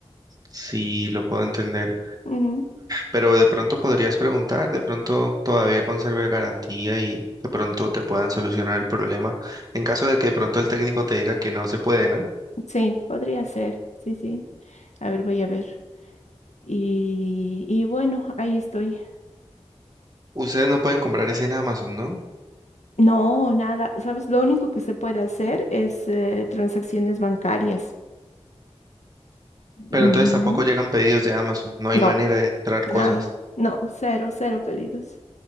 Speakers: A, on the right (about 35°); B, on the left (about 85°).
A: Sí, lo puedo entender.
B: Ujú.
A: Pero de pronto podrías preguntar, de pronto todavía conserve garantía y de pronto te puedan solucionar el problema. En caso de que de pronto el técnico te diga que no se puede, ¿no?
B: Sí, podría ser. Sí, sí. A ver, voy a ver. Y, y bueno, ahí estoy.
A: Ustedes no pueden comprar ese en Amazon, ¿no?
B: No, nada. ¿Sabes? Lo único que se puede hacer es eh, transacciones bancarias.
A: Pero
B: Mm,
A: entonces tampoco llegan pedidos de Amazon, no hay
B: No,
A: manera de entrar
B: nada.
A: cosas.
B: No, cero, cero pedidos.